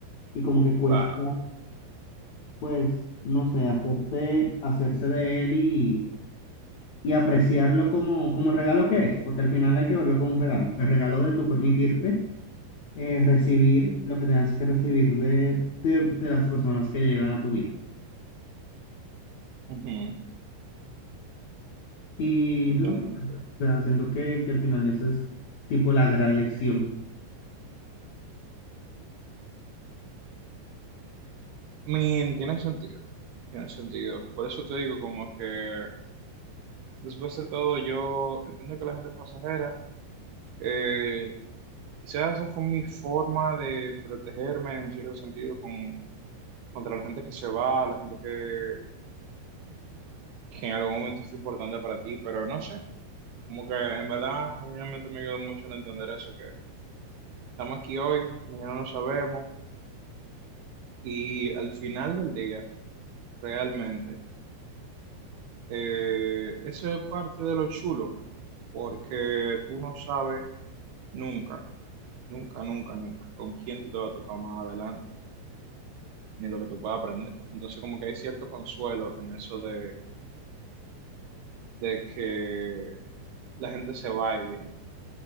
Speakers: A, on the left (about 55°); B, on the right (about 70°).
A: y como que cuesta,
B: Claro,
A: pues, no sé, hacerse, hacerse de él y, y apreciarlo como, como el regalo que es, porque al final hay que verlo como un regalo, el regalo de tu permitirte eh, recibir lo que tengas que recibir de, de, de las personas que llegan a tu vida.
B: Ujú,
A: Y
B: Totalmente.
A: no O sea, siento que, que al final eso es tipo la gran lección.
B: Min, tiene sentido. Tiene sentido. Por eso te digo como que Después de todo, yo entiendo que la gente es pasajera. Eh, quizás esa fue mi forma de protegerme en cierto sentido con, contra la gente que se va, la gente que, que en algún momento es importante para ti, pero no sé, como que en verdad, realmente me ayudó mucho en entender eso, que estamos aquí hoy, mañana no sabemos, y al final del día, realmente, eh, eso es parte de lo chulo, porque tú no sabes nunca Nunca, nunca, nunca. ¿Con quién tú te vas a topar más adelante? Ni lo que tú puedas aprender. Entonces, como que hay cierto consuelo en eso de, de que la gente se va y viene,